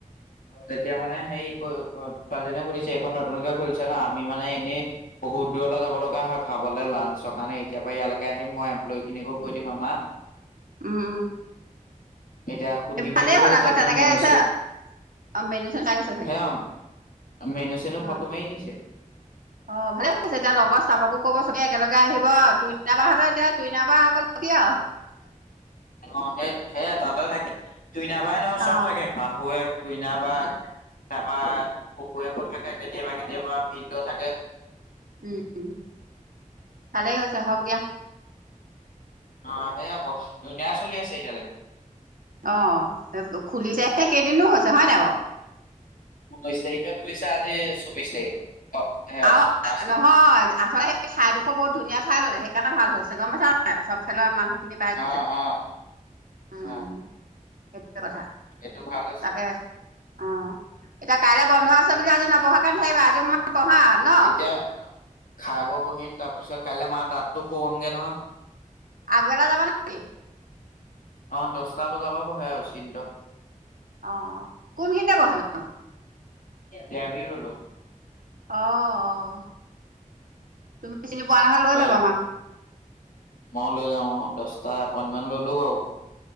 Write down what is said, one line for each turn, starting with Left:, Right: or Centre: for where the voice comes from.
Left: তেতিয়া মানে সেই ক ক ছোৱালীজনী সুধ সুধিছে এইখন নতুনকে খুলিছে ন' আমি মানে এনেই বহুত দূৰলৈ যাব লগা হয় খাবলৈ লাঞ্চৰ কাৰণে এ এতিয়াৰ পৰা ইয়ালেকে আহিম মই এম্পলৈ খিনিকো কৈ দিম আমা।
Right: উম উম।
Left: এতিয়া সুধি মেলি
Right: ভালেই
Left: থৈ
Right: হ'ল
Left: গৈছে
Right: আকৌ
Left: একদম
Right: তেনেকেছে
Left: মেনু চে
Right: অ' মেনু চ চাইগৈছে চাগে।
Left: সেয়া মেনু চেনো
Right: হয়,
Left: ফটো মাৰি নিছে।
Right: অ' ভালে হৈছে এতিয়া লগৰ চাবকো ক'ব চবে একেলগে আহিব টুইটা বা হতে এতিয়া তুইননাবা অকল কি আৰু
Left: অ' হে হে তাতে থাকে তুইনাবাই নহয় চব
Right: অ',
Left: থাকে শাহুৱেক তুইনাবা। তাপা কুকুয়েক থাকে কেতিয়াবা কেতিয়াবা ভিন্দ থাকে।
Right: উম উম, ভালেই হৈছে হক দিয়া।
Left: অ' সে আকৌ ধুনীয়া চলি আছে এতিয়ালৈকে।
Right: অ' খুলিছেহে কেইদিনো হৈছে হয় নাই বাৰু।
Left: ঊনৈশ তাৰিখে খুলিছো আজি চৌবিশ তাৰিখ অ'। সেয়া
Right: আৰু
Left: চব পাঁচ দিন
Right: নহয় আচলতে সেই ঠাইডোখৰ বহুত ধুনীয়া ঠাই ললে সেইকাৰণে ভাল হৈছে গম পইচা নাই চব ফালৰ মানুহখিনি পাই গৈছে,
Left: অ অ
Right: উম।
Left: অ
Right: সেইটোৱে কথা
Left: এইটো ভাল হৈছে
Right: তাকে অ' এতিয়া কাইলে বন্ধ আছে বুলি আজি নপহাকে নাথাকিবা আজি অকমান পহা ন'।
Left: এতিয়া খাই ব পহিম তাৰ পিছত কাইলৈ মা দতটো সহুৱামগে নহয়।
Right: আগবেলা যাবা নে কি।
Left: অ' দহটা বজাৰ পৰা বহে আৰু অচিন্ত।
Right: অ' কোনখিনিতে বিহেনো?
Left: দেবৃঢ়লত
Right: অ', অ', তুমি চিনি পোৱা নহয় লৈ
Left: অ
Right: যাবা মাক।
Left: মই লৈ যাওঁ অ' দহটা এপইন্টমেণ্ট ললো বাৰু।